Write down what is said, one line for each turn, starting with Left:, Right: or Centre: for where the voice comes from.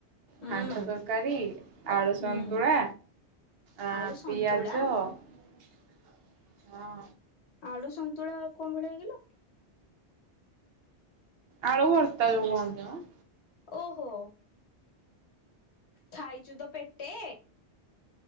Left: ହୁଁ
Right: ଘାଣ୍ଟ ତରକାରୀ, ଆଳୁ
Left: ହୁଁ
Right: ସନ୍ତୁଳା ଆ
Left: ଆଳୁ ସନ୍ତୁଳା
Right: ପିଆଜ ହଁ।
Left: ଆଳୁ ସନ୍ତୁଳା କୋଉ ଭଳିଆ କିଲୋ?
Right: ଆଳୁ ଭରତା ଯୋଉ କହନ୍ତି ମ।
Left: ଓହୋ। ଖାଇଛୁ ତ ପେଟେ?